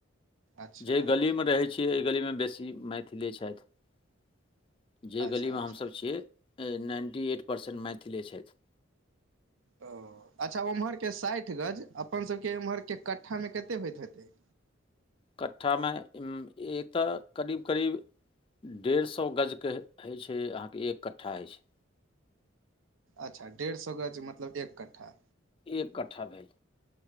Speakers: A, on the right; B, on the left.
A: अच्छा
B: जे गलीमे रहै छियै एहि गलीमे बेसी मैथिलीये छथि जे
A: अच्छा
B: गलीमे
A: अच्छा
B: हमसभ छियै नाइन्टी एट परसेन्ट मैथिली छथि
A: ओ अच्छा ओम्हरके साठि गज अपन सभके एम्हरके कट्ठामे कतेक होइत हेतै
B: कट्ठामे एतय करीब करीब डेढ़ सए गजके होइ छै अहाँके एक कट्ठा होइ छै
A: अच्छा डेढ़ सए गज मतलब एक कठ्ठा
B: एक कठ्ठा भेल